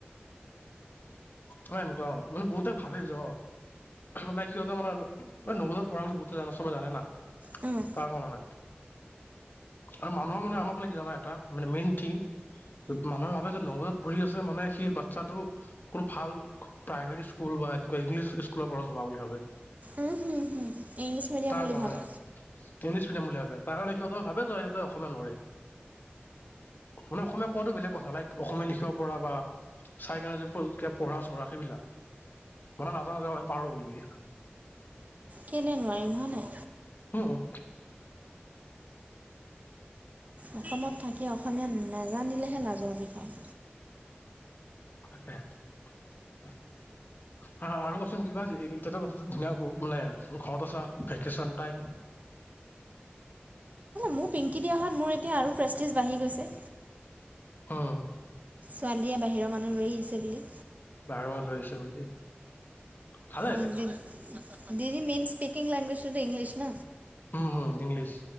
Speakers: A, on the left; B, on the right.
A: অ', এনেকুৱা মানে বহুতে ভাবেছ লাই কসিহঁতে মানে নৱোদয়ত পঢ়া বুলি বহু জান চবে জানে না
B: অঁ
A: তাৰ কাৰণে আৰু মানুহৰ মানে আমাৰ ফালে কি জানা এটা মানে মেইন থিং মানুহৰ ভাবে যে নৱোদয় ঘূৰি আছে মানে সেই বাচ্ছাটো গ্ৰুপ ভাল প্ৰাইভেট স্কুল বা এনেকুৱা ইংলিছ স্কুলৰ পৰা যোৱা বুলি ভাবে।
B: উম, হুম, হুম, ইংলিছ মিডিয়াম
A: তাৰ
B: বুলি
A: কাৰণে
B: ভাবে।
A: ইংলিছ মিডিয়াম বুলি ভাবে তাৰ কাৰণে সিহঁতে ভাবে যে সিহঁতে অসমীয়া নৰে মানে অসমীয়া কোৱাটো বেলেগ কথা লাইক অসমীয়া লিখিব পৰা বা চাই কেনে প্ৰ <unintelligible> কিবা পঢ়া চঢ়া সেইবিলাক মানে আমাৰ নাজান নাজা আমি পাৰোঁ বুলি।
B: কেলে নোৱাৰিম হয়নে?
A: উম, উম।
B: অসমত থাকি অসমীয়া নেজানিলেহে লাজৰ বিষয়।
A: তাকে, হা, হা, আৰু কচোন কিবা এ-এতিয়াতো ধুনীয়া মানে ঘৰত আছা, ভেকেচন টাইম
B: মোক পিংকি দিয়াহাত মোৰ এতিয়া আৰু প্ৰেষ্টিছ বাঢ়ি গৈছে।
A: উম।
B: ছোৱালীয়ে বাহিৰৰ মানুহ লৈ আহিছে বুলি।
A: <unintelligible> লৈছে বুলি ভালে
B: অ', দি, দি মিনচ স্পিকিং লেংগুৱেজ ইংলিছ ন?
A: উম, ইংলিছ।